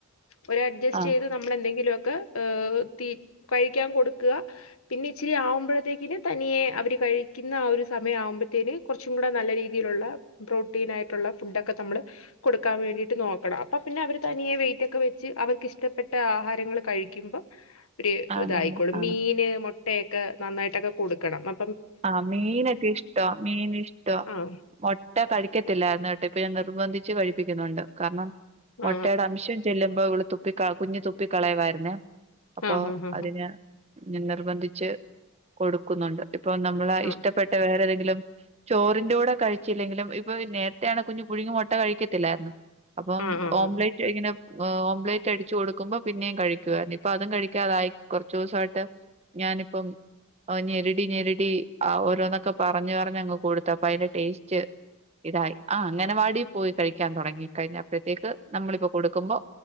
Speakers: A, on the left (about 70°); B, on the right (about 30°).
A: ഒരഡ്ജസ്റ്റയ്ത്
B: ആഹ്
A: നമ്മളെന്തെങ്കിലൊക്കെ ഹ് തി കഴിക്കാൻ കൊടുക്കുക. പിന്നെ ഇച്ചിരി ആവുമ്പോഴത്തേക്കിന് തനിയെ അവര് കഴിക്കുന്ന ആ ഒരു സമയം ആവുമ്പോഴത്തേന്. കൊറച്ചുകൂടെ നല്ല രീതിയിലുള്ള പ്രോട്ടീനായിട്ടുള്ള ഫുഡൊക്കെ നമ്മള്. കൊടുക്കാൻ വേണ്ടിയിട്ട് നോക്കണം. അപ്പം പിന്നെ അവർ തനിയെ വെയിറ്റ്ക്കെ വെച്ച് അവർക്ക് ഇഷ്ടപ്പെട്ട ആഹാരങ്ങൾ കഴിക്കുമ്പോ ഒരിത്
B: ആണല്ലേ
A: ആയിക്കോളും.
B: ആഹ്
A: മീന് മുട്ടയൊക്കെ നന്നായിട്ടൊക്കെ കൊടുക്കണം. അ
B: ആഹ് മീനൊക്കെ ഇഷ്ട്ടാ. മീൻ ഇഷ്ടാ.
A: ആഹ്
B: മൊ ട്ട കഴിക്കത്തില്ലായിരുന്ന് കേട്ടൊ. ഇപ്പൊ ഞാൻ നിർബന്ധിച്ച് കഴിപ്പിക്കുന്നുണ്ട്. കാരണം മൊട്ടയുടെ
A: ആ
B: അംശം ഇ ചെല്ലുമ്പോ ഇവള് തുപ്പി കാ കുഞ്ഞ് തുപ്പി കളയവായിരുന്നേ. അപ്പൊ
A: ആ ആ ആ
B: അതിന് ഞാൻ നിർബന്ധിച്ച് കൊടുക്കുന്നുണ്ട്. ഇപ്പൊ നമ്മള
A: ആ
B: ഇഷ്ടപ്പെട്ട വേറെ ഏതെങ്കിലും ചോറിന്റെ കൂടെ കഴിച്ചില്ലെങ്കിലും ഇപ്പൊ നേരത്തെ ആണ് കുഞ് പുഴുങ്ങിയ മൊട്ട കഴിക്കത്തില്ലായിരുന്നു. അപ്പം
A: ആ ആ ആ
B: ഓംലൈറ്റ്
A: ആ ആ
B: ഇങ്ങനെ ഓംലൈറ്റ് അടിച്ചു കൊടുക്കുമ്പോ പിന്നെയും കഴിക്കുമായിരുന്നു. ഇപ്പൊ അതും കഴിക്കാതായി കൊറച്ചോസായിട്ട്. ഞാനിപ്പം <unintelligible> ഞെരടി ആഹ് ഓരോന്നൊക്ക പറഞ് പറഞ് അങ്ങ് കൊടുത്ത്. അപ്പൊ അതിന്റെ ടേസ്റ്റ് ഇതായി ആഹ് അങ്ങനവാടി പോയി കഴിക്കാൻ തുടങ്ങി കഴിഞ്ഞ അപ്പോഴത്തേക്ക് നമ്മളിപ്പൊ കൊടുക്കുമ്പോ